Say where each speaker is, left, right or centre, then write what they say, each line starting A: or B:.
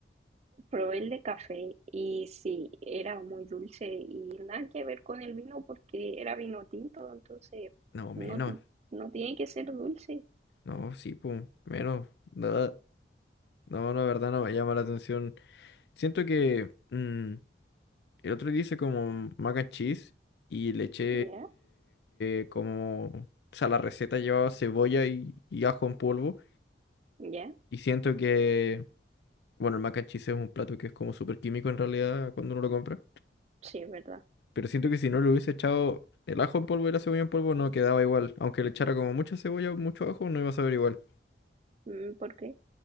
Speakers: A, on the right; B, on the left.
A: Probé el de café y sí, era muy dulce y nada que ver con el vino porque era vino tinto, entonces
B: No, menos.
A: no, ti- no tiene que ser dulce.
B: No, sí, pum, menos. Nada. No, la verdad no me llama la atención. Siento que... mm, El otro día hice como mac and cheese y le eché
A: ¿Ya?
B: eh, como... O sea, la receta llevaba cebolla y, y ajo en polvo.
A: ¿Ya?
B: Y siento que... Bueno, el mac and cheese es un plato que es como súper químico en realidad cuando uno lo compra.
A: Sí, es verdad.
B: Pero siento que si no le hubiese echado el ajo en polvo y la cebolla en polvo no quedaba igual. Aunque le echara como mucha cebolla o mucho ajo no iba a saber igual.
A: Mm, ¿Por qué?